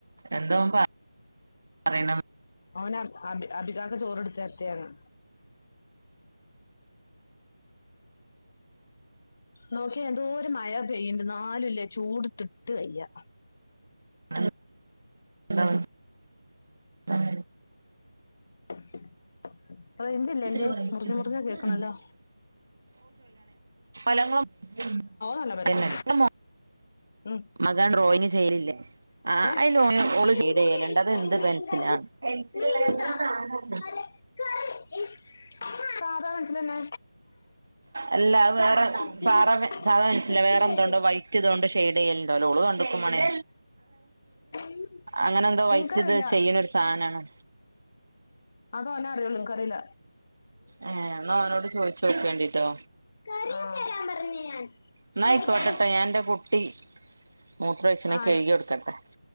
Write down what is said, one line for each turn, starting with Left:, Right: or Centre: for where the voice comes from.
Right: എന്താ ഓൻ പ പറീണ്
Left: അവന് അ അബി അബികാക്ക ചോറ്ട്ത്ത് തരട്ടേന്ന് നോക്ക്യ എന്തോര് മഴ പെയ്യ്ണ്ട് ന്നാലുല്ലെ ചൂട്ത്ത്ട്ട് വെയ്യ
Right: അ ആ അ
Left: <inaudible> റെയ്ഞ്ചല്ലെ
Right: ഇതൊരു
Left: അന്റേ
Right: വൈറ്റ്
Left: മുർഞ്ഞ്
Right: ബാലൻസ്
Left: മുർഞ്ഞാ
Right: ഇല്ലാണ്ടാവില്ല
Left: കേക്ക്ണല്ലോ
Right: ഫലങ്ങളും <unintelligible>
Left: നല്ല പേർക്കോ ഉം
Right: മകൻ ഡ്റോയിങ്ങ് ആ ആ
Left: ഏ
Right: അയ്ലോ
Left: ഇത്തിരിയും
Right: ഓള് ചീടെയ്യല്ണ്ട്
Left: കൂടി ഒഴിച്ചിരുന്നു
Right: അത് എന്ത് പെൻസിലാ
Left: മീൻകറി
Right: പെൻസിലല്ല
Left: മീനിതാ അല്ല
Right: <unintelligible> <inaudible>
Left: കറി ഉം, സാധാ പെൻസിലന്നെ
Right: അല്ല അത് വേറെ
Left: ഇത്തിരി
Right: സാറാ സാധാ പെൻസ്സിലാ
Left: ഇത്തിരി
Right: വേറെന്തോണ്ടാേ
Left: കറിയോ
Right: വൈറ്റ് തോണ്ട് ഷെയ്ഡ് ചെയ്യൽ ണ്ടാവൂല ഓള് കണ്ട്ക്കും മാണേ
Left: ഉം.
Right: അങ്ങനെ എന്തോ വൈറ്റ്ത്
Left: എനിക്കറിയില്ല
Right: ചെയ്യ്ണാെരു സാധനാണ്
Left: അത് ഓനെ അറിയൊള്ളൂ ൻകറീല
Right: ഏ എന്നാ ഓനോട് ചോയ്ച്ചാേക്കിയോണ്ടിട്ടോ
Left: കാര്യം തരാൻ പറഞ്ഞ് ഞാൻ
Right: എന്നായിക്കോട്ടെട്ടെ
Left: കറി കറി
Right: ഞാ എൻന്റെ കുട്ടി മൂത്രൊഴിച്ച്ണ്
Left: ആഹ്
Right: കഴുകി കൊടുക്കട്ടെ